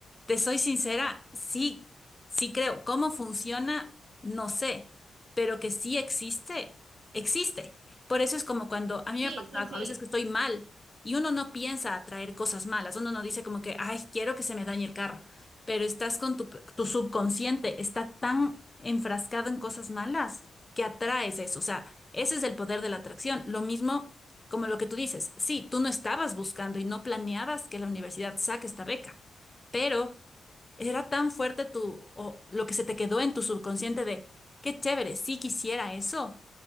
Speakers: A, on the left (about 20°); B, on the right (about 85°).
A: te soy sincera, sí, sí creo. ¿Cómo funciona? No sé, pero que sí existe, existe. Por eso es como cuando a mí
B: Sí,
A: me ha pasado,
B: sí, sí.
A: a veces que estoy mal y uno no piensa atraer cosas malas, uno no dice como que, ay, quiero que se me dañe el carro pero estás con tu, tu subconsciente, está tan enfrascado en cosas malas que atraes eso. O sea, ese es el poder de la atracción. Lo mismo como lo que tú dices, sí, tú no estabas buscando y no planeabas que la universidad saque esta beca, pero era tan fuerte tu, o lo que se te quedó en tu subconsciente de, qué chévere, sí quisiera eso,